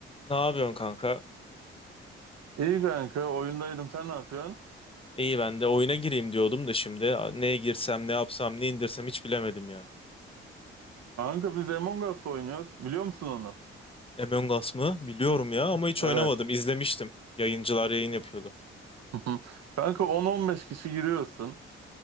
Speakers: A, on the left (about 20°); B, on the right (about 60°).
A: Ne yapıyorsun kanka?
B: İyi kanka oyundaydım sen ne yapıyorsun?
A: İyi ben de oyuna gireyim diyordum da şimdi neye girsem, ne yapsam, ne indirsem hiç bilemedim ya.
B: Kanka biz Among Us oynuyoruz biliyor musun onu?
A: Among Us mı? Biliyorum ya ama hiç
B: Evet.
A: oynamadım. İzlemiştim. Yayıncılar yayın yapıyordu.
B: <laughs> Kanka 10-15 kişi giriyorsun.